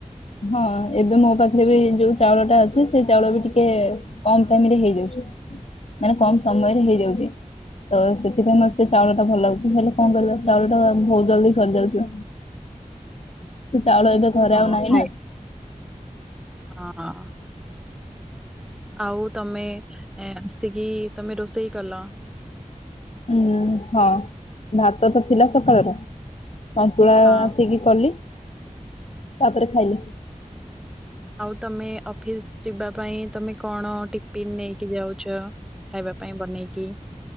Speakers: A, on the left (about 50°); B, in the centre.
A: ହଁ ଏବେ ମୋ ପାଖରେ ବି ଯୋଉ ଚାଉଳ ଅଛି ସେ ଚାଉଳ ବି ଟିକେ କମ ଟାଇମରେ ହେଇଯାଉଛି ମାନେ କମ ସମୟରେ ହେଇଯାଉଛି ତ ସେଥିପାଇଁ ମତେ ସେ ଚାଉଳ ଟା ଭଲ ଲାଗୁଛି ହେଲେ କଣ କରିବା ଚାଉଳ ଟା ବହୁତ ଜଲଦି ସରିଯାଉଚି। ଚାଉଳ ଏବେ ଘରେ
B: ହଁ
A: ଆଉ ନାହିଁ
B: ଖାଇ
A: ନା।
B: ହଁ। ଆଉ ତମେ? ଏ ଆସିକି ତମେ ରୋଷେଇ କଲ
A: ଉଁ ହଁ ଭାତ ତ ଥିଲା ସକାଳର ସନ୍ତୁଳା
B: ହଁ
A: ଆସିକି କଲି। ତାପରେ ଖାଇଲେ।
B: ଆଉ ତମେ ଅଫିସ ଯିବା ପାଇଁ ତମେ କଣ ଟିଫିିନ ନେଇକି ଯାଉଛ ଖାଇବା ପାଇଁ ବନେଇକି